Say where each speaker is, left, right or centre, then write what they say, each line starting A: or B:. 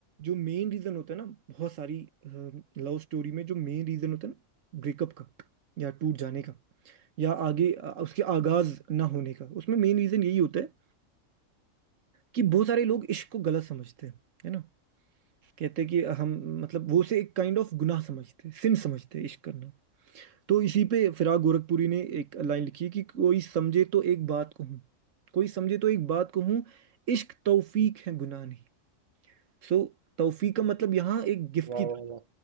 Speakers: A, on the right (about 65°); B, on the right (about 30°).
A: जो मेन रीजन होता है ना बहुत सारी लव स्टोरी में जो मेन रीजन होता है ना ब्रेकअप का या टूट जाने का या आगे अ, उसके आगाज ना होने का उसमें मेन रीजन यही होता है कि बहुत सारे लोग इश्क को गलत समझते हैं है ना कहते हैं कि हम मतलब वो उसे एक काइंड ऑफ गुनाह समझते हैं सिन समझते हैं इश्क करना तो इसी पे फिराक गोरखपुरी ने एक लाइन लिखी है कि कोई समझे तो एक बात कहूँ कोई समझे तो एक बात कहूँ इश्क तौफीक है गुनाह नहीं सो तौफीक का मतलब यहाँ एक गिफ्ट
B: वाह
A: की
B: वाह वाह